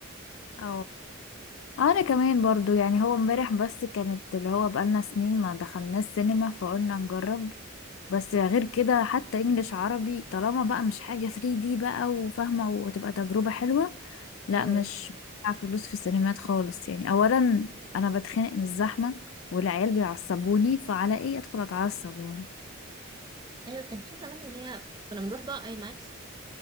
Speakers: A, on the left; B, on the right.
A: اه آه، انا كمان برضو يعني هو امبارح بس كانت اللي هو بقالنا سنين ما دخلناش سينما فقلنا نجرب بس غير كده حتى انجليش عربي طالما بقى مش حاجة 3D بقى وفاهمة وتبقى تجربة حلوة لا
B: ايوه
A: مش
B: بس.
A: بدفع فلوس في السينمات خالص يعني اولا انا بتخنق من الزحمة والعيال بيعصبوني فعلى ايه ادخل اتعصب يعني
B: ايوه كان في زمان ان هي كنا بنروح بقى اي ماكس